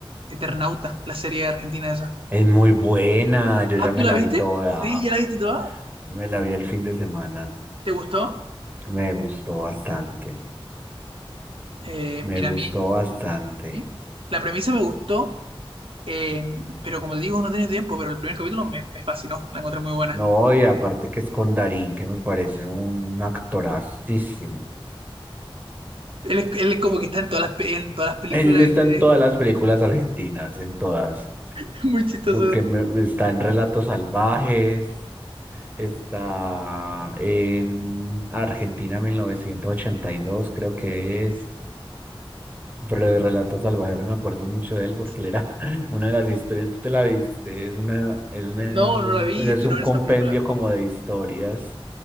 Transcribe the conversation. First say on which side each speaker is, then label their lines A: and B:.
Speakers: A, on the right; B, on the right.
A: Eternauta, la serie argentina esa.
B: Es muy buena, yo
A: Ah,
B: ya me
A: ¿tú la
B: la
A: viste?
B: vi toda,
A: Sí, ¿ya la viste toda?
B: me la vi el fin de semana,
A: ¿Te gustó?
B: me gustó bastante.
A: Eh,
B: Me
A: mira,
B: gustó
A: a mí
B: bastante.
A: la, pre- ¿sí? La premisa me gustó, eh, pero como te digo, no tenía tiempo, pero el primer capítulo me, me fascinó, la encontré muy buena.
B: No, y aparte que es con Darín, que me parece un actorazísimo.
A: Él es, él es como que está en todas las, pe- en todas las películas
B: Él está
A: y series.
B: en todas las películas argentinas, en todas.
A: <laughs> Muy chistoso.
B: Que me- está en Relatos Salvajes, está en Argentina mil novecientos ochenta y dos creo que es. Pero de Relatos Salvajes me acuerdo mucho de él porque
A: eso.
B: él era <laughs> una de las historias, tú te la viste, es una, es una,
A: No, no la vi,
B: pues es
A: quiero
B: un
A: ver
B: compendio
A: esa película.
B: como de historias.